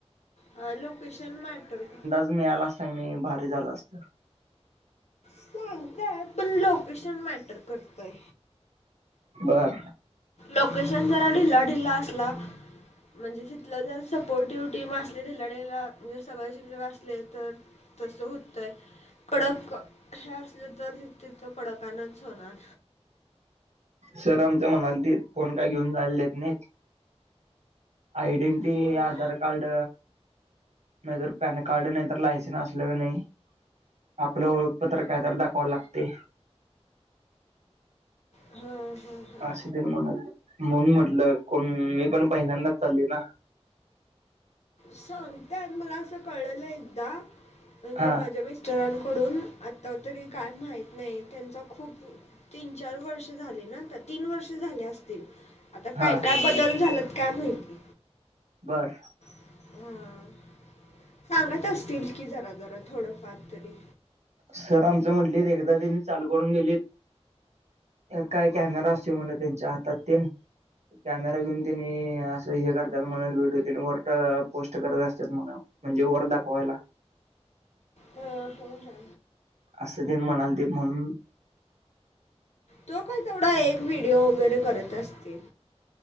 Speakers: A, on the left; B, on the right.
A: अं लोकेशन मॅटर का..
B: तूम्ही आला असता का नाही भारी झाल असत.
A: सांगताय पण लोकेशन मॅटर करतोय.
B: बर.
A: लोकेशन जरा ढिल्ला ढिल्ला असला.. म्हणजे तिथलं जर सपोर्टिव्ह टीम असली ढिलाढिला म्हणजे सगळ शिकण असले तर तस होतय, कडक हे असले तर तिथ कडकानच होणार.
B: सर आमचं मनाल ते फोन काय घेऊन जालेेत नाही. ऐडेंटटी,
A: हम्म
B: आधार कार्ड. नाहीतर पॅन कार्ड नाही तर लायसेन् असल का नाही. आपल ओळखपत्र कायत दाखवाव लागतय.
A: हम्म हम्म हम्म.
B: असे त म्हणाल म्हणून म्हटल कोण मी पण पहिल्यांदाच... चालले ना.
A: सांगताय मला अस कळलेल एकदा. म्हणजे
B: हा
A: माझ्या मिस्टरांकडून आत्ता तरी काय माहीत नाही त्यांचा खूप.. तीन -चार वर्ष झाले ना आ तीन वर्ष झाले असतील, आता
B: हा
A: काय काय बदल झाला. काय माहीत.
B: बर.
A: हम. सांगत असतील की जरा जरा थोडंफार तरी
B: सर आमच म्हटले एकदा ते नी चालू करून देलेत. काय कॅमेरा असे म्हण त्यांच्या हातातील कॅमेरा घेऊन त्यांनी अस हे करतात म्हण व्हिडिओ त्यानी फरट पोस्ट करत असतात म्हण. म्हणजे वर दाखवायला.
A: हम हम हम.
B: अस देन म्हणाल ते म्हणून.
A: तो काही तेवढा एक व्हिडिओ वगैरे करत असतील.